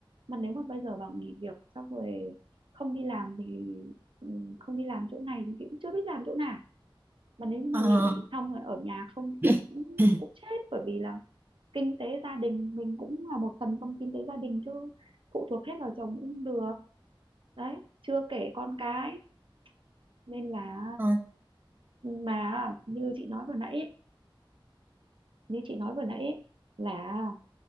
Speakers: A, on the right; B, on the right.
A: mà nếu mà bây giờ bảo nghỉ việc xong rồi không đi làm thì ừ, không đi làm chỗ này thì chị cũng chưa biết làm chỗ nào mà nếu như mà
B: Ờ.
A: nghỉ xong rồi ở nhà không
B: <coughs>
A: thì cũng cũng chết bởi vì là kinh tế gia đình mình cũng là một phần trong kinh tế gia đình chứ phụ thuộc hết vào chồng cũng không được đấy chưa kể con cái nên là
B: Ờ,
A: mà như chị nói vừa nãy ấy, như chị nói vừa nãy ấy, là